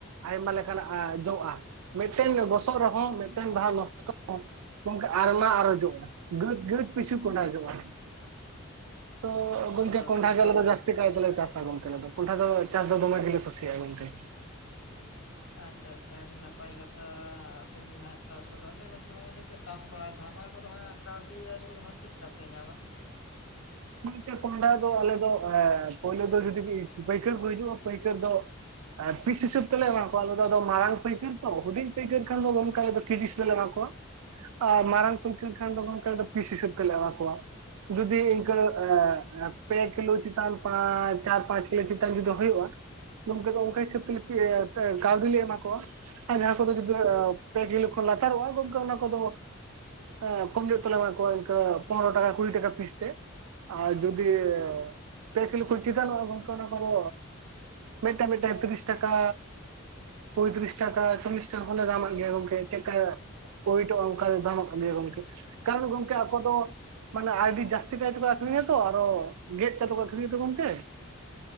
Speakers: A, on the right; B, on the left.
A: ᱟᱭᱢᱟ ᱞᱮᱠᱟᱱᱟᱜ ᱮᱸ ᱡᱚᱜᱼᱟ᱾ ᱢᱮᱜᱴᱮᱱ ᱜᱚᱥᱚᱜ ᱨᱮᱦᱚᱸ ᱢᱮᱜᱴᱮᱱ ᱵᱟᱦᱟ ᱱᱚᱥᱴᱚ ᱜᱚᱝᱠᱮ, ᱟᱨᱢᱟ ᱟᱨᱚ ᱡᱚᱜᱼᱟ᱾ ᱜᱟᱺᱫ-ᱜᱟᱺᱫ ᱯᱤᱪᱷᱩ ᱠᱚᱸᱰᱟ ᱡᱚᱜᱼᱟ᱾ ᱛᱚ
B: ᱦᱳᱭ
A: ᱜᱚᱢᱠᱮ,
B: ᱦᱳᱭ
A: ᱠᱚᱸᱰᱷᱟ
B: ᱚᱱᱟ
A: ᱜᱮ ᱟᱞᱮ ᱫᱚ ᱡᱟᱥᱛᱤ ᱠᱟᱭ ᱫᱚᱞᱮ ᱪᱟᱥᱟ ᱜᱚᱝᱠᱮ ᱟᱞᱮ ᱫᱚ ᱾ ᱠᱚᱸᱰᱷᱟ ᱫᱚ ᱪᱟᱥ ᱫᱚᱢᱮ ᱜᱮᱞᱮ ᱠᱩᱥᱤᱭᱟᱜᱼᱟ, ᱜᱚᱝᱠᱮ᱾
B: ᱟᱪᱪᱷᱟ-ᱪᱷᱟ, ᱟᱰᱤ ᱱᱟᱯᱟᱭ ᱠᱟᱛᱷᱟ ᱟᱯᱮ ᱜᱮᱹ ᱦᱟᱸᱜ ᱪᱟᱥ ᱯᱮᱫᱚ, ᱟᱪᱷᱟ ᱜᱚᱝᱠᱮ ᱦᱚᱸᱜᱼᱚᱭ ᱡᱮ ᱯᱮ ᱪᱟᱥ ᱵᱟᱲᱟᱭᱫᱟ ᱦᱟᱸᱜ, ᱱᱚᱣᱟ ᱠᱚᱫᱚ ᱦᱟᱸᱜ ᱠᱟᱣᱰᱤ-ᱟᱹᱨᱤ ᱠᱚᱫᱚ ᱦᱟᱸᱜ ᱪᱮᱜ ᱞᱮᱠᱟ ᱯᱮ ᱧᱟᱢᱟ?
A: ᱛᱤᱱᱴᱮᱹ ᱠᱚᱸᱰᱟ ᱫᱚ, ᱟᱞᱮ ᱫᱚ ᱮᱸ ᱯᱳᱭᱞᱳ ᱫᱚ ᱡᱩᱫᱤ ᱵᱤ ᱯᱟᱹᱭᱠᱟᱹᱨ ᱠᱚ ᱦᱤᱡᱩᱜᱼᱟ, ᱯᱟᱹᱭᱠᱟᱹᱨ ᱫᱚ ᱟᱨ ᱯᱤᱥ ᱦᱤᱥᱟᱹᱵᱽ ᱛᱮᱞᱮ ᱮᱢᱟ ᱠᱚᱣᱟ ᱟᱞᱮ ᱫᱚ, ᱟᱫᱚ ᱢᱟᱲᱟᱝ ᱯᱟᱹᱭᱠᱟᱹᱨ ᱛᱚ, ᱦᱩᱰᱤᱧ ᱯᱟᱹᱭᱟᱹᱨ ᱠᱷᱟᱱ ᱫᱚ, ᱜᱚᱝᱠᱟ ᱫᱚ ᱠᱤᱡᱤ ᱦᱤᱥᱟᱹ ᱞᱮ ᱮᱢᱟ ᱠᱚᱣᱟ᱾ ᱟᱨ ᱢᱟᱨᱟᱝ ᱯᱟᱹᱭᱠᱟᱹᱨ ᱠᱷᱟᱱ ᱫᱚ, ᱜᱚᱝᱠᱮ ᱫᱚ ᱯᱤᱥ ᱦᱤᱥᱟᱹᱵᱽ ᱛᱮᱞᱮ ᱮᱢᱟ ᱠᱚᱣᱟ᱾ ᱡᱩᱫᱤ ᱠᱟᱹ ᱮᱸ ᱮ ᱯᱮ ᱠᱤᱞᱳ ᱪᱮᱛᱟᱱ ᱯᱟᱸ, ᱪᱟᱨ, ᱯᱟᱸᱪ ᱠᱤᱞᱳ ᱪᱮᱛᱟᱱ ᱡᱩᱫᱤ ᱦᱩᱭᱩᱜᱼᱟ, ᱜᱚᱝᱠᱮ-ᱜᱚᱝᱠᱮ, ᱦᱤᱥᱟᱹᱵᱽ ᱛᱮᱞᱮ, ᱯᱤ ᱮ ᱠᱟ, ᱠᱟᱣᱰᱤ ᱞᱮ ᱮᱢᱟ ᱠᱚᱣᱟ᱾ ᱟ ᱡᱟᱦᱟᱸ ᱠᱚᱫᱚ ᱡᱚᱫᱤ ᱟ ᱯᱮ ᱠᱤᱞᱳ ᱠᱷᱚᱱ ᱞᱟᱛᱟᱨᱚᱜᱼᱟ, ᱜᱚᱝᱠᱮ! ᱚᱱᱟ ᱠᱚᱫᱚ ᱮ ᱠᱚᱢ ᱧᱚᱜ ᱛᱮᱞᱮ ᱮᱢᱟᱠᱚᱣᱟ, ᱤᱝᱠᱟᱹ ᱯᱚᱱᱨᱚ ᱴᱟᱠᱟ, ᱠᱩᱲᱤ ᱴᱟᱠᱟ ᱯᱤᱥ ᱛᱮ᱾ ᱟ ᱡᱩᱫᱤ ᱯᱮ ᱠᱤᱞᱳ ᱠᱷᱚᱡ ᱪᱮᱛᱟᱱᱚᱜᱼᱟ, ᱜᱚᱝᱠᱮ ᱚᱱᱟ ᱠᱚᱫᱚ ᱢᱤᱜᱴᱟ-ᱢᱤᱜᱴᱟ ᱛᱤᱨᱤᱥ ᱴᱟᱠᱟ᱾ ᱯᱚᱸᱭᱛᱨᱤᱥ ᱴᱟᱠᱟ, ᱪᱚᱞᱞᱤᱥ ᱴᱟ ᱦᱚᱸᱞᱮ ᱫᱟᱢᱟᱜ ᱜᱮᱭᱟ ᱜᱚᱝᱠᱮ᱾ ᱪᱮᱜ ᱠᱟ ᱳᱭᱮᱴᱚᱜᱼᱟ ᱚᱝᱠᱟ ᱜᱮ ᱫᱟᱢᱟᱠᱟ ᱞᱟᱹᱭᱟ ᱜᱚᱝᱠᱮ᱾ ᱠᱟᱨᱚᱱ ᱜᱚᱝᱠᱮ, ᱟᱠᱚ ᱫᱚ ᱢᱟᱱᱮ ᱟᱭᱰᱤ ᱡᱟᱹᱥᱛᱤ ᱠᱟᱭᱛᱮ ᱠᱚ ᱮᱸᱻ ᱛᱚ ᱟᱨᱚ ᱜᱮᱫ ᱠᱟᱛᱮ ᱠᱚ ᱟᱠᱷᱨᱤᱧᱟᱛᱚ ᱜᱚᱝᱠᱮ᱾